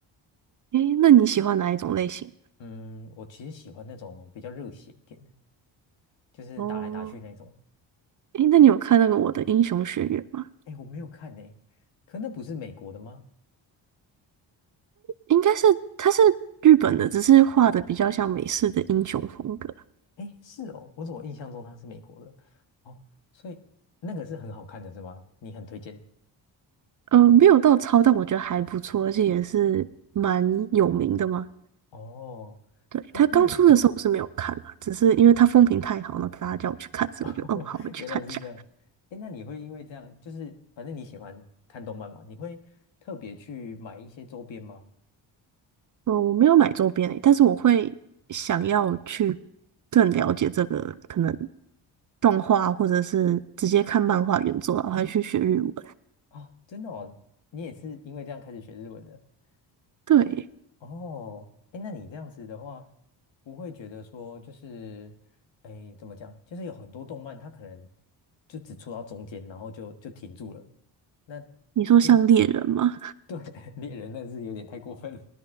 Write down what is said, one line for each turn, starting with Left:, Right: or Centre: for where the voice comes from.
Right: 诶，那你喜欢哪一种类型？
Left: 嗯，我其实喜欢那种比较热血一点的，就是打来打去那种。
Right: 哦，诶，那你有看那个《我的英雄学院》吗？
Left: 哎，我没有看呢、可那不是美国的吗？
Right: 应该是它是日本的，只是画的比较像美式的英雄风格。
Left: 哎，是哦，我怎么印象中它是美国的？哦，所以那个是很好看的是吗？你很推荐
Right: 呃，没有到超，但我觉得还不错，而且也是蛮有名的嘛。
Left: 哦。
Right: 对，
Left: 哎，
Right: 它刚出的时候我是没有看啦，
Left: 那你
Right: 只是因为它风评太好了，大家叫我去看，所以我就嗯，
Left: <laughs>
Right: 好，我去看一下。
Left: 原来是这样。哎，那你会因为这样，就是反正你喜欢看动漫嘛，你会特别去买一些周边吗？
Right: 呃，我没有买周边诶，但是我会想要去更了解这个可能动画，或者是直接看漫画原作啊，我还去学日文。
Left: 啊、真的哦，你也是因为这样开始学日文的。
Right: 对，
Left: 所以，哦，哎，那你这样子的话，不会觉得说就是，哎，怎么讲？就是有很多动漫，它可能就只出到中间，然后就就停住了。那
Right: 你说像猎人吗？
Left: 就对 <laughs> 猎人那是有点太过分了。